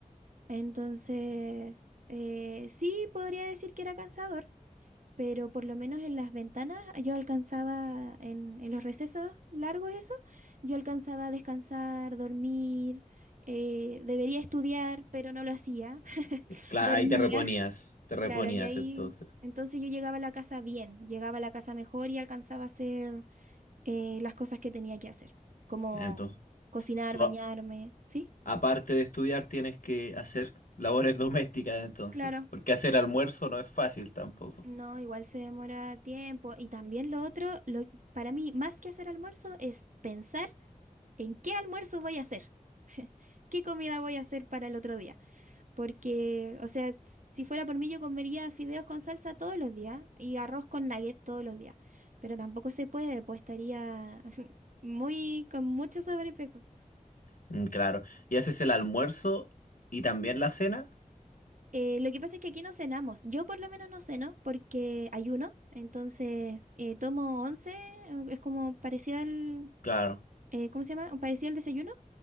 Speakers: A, on the right; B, on the left.
A: Entonces, eh, sí podría decir que era cansador, pero por lo menos en las ventanas yo alcanzaba, en, en los recesos largos eso, yo alcanzaba a descansar, dormir, eh, debería estudiar, pero no lo hacía, <laughs>
B: cla-
A: dormía,
B: ahí te reponías, te reponías
A: claro, y ahí
B: entonces.
A: entonces yo llegaba a la casa bien, llegaba a la casa mejor y alcanzaba a hacer eh, las cosas que tenía que hacer, como
B: Ah, Entonces,
A: cocinar,
B: tú,
A: bañarme, ¿sí?
B: Aparte de estudiar, tienes que hacer labores <laughs> domésticas entonces,
A: Claro.
B: porque hacer almuerzo no es fácil tampoco.
A: No, igual se demora tiempo. Y también lo otro, lo, para mí, más que hacer almuerzo, es pensar ¿En qué almuerzo voy a hacer? <laughs> ¿Qué comida voy a hacer para el otro día? Porque, o sea, s- si fuera por mí, yo comería fideos con salsa todos los días y arroz con nugget todos los días. Pero tampoco se puede, pues estaría <laughs> muy, con mucho sobrepeso.
B: Mm, claro. ¿Y haces el almuerzo y también la cena?
A: Eh, lo que pasa es que aquí no cenamos. Yo por lo menos no ceno porque ayuno. Entonces, eh, tomo 11, eh, es como parecido al,
B: Claro.
A: eh, ¿cómo se llama? Parecido al desayuno,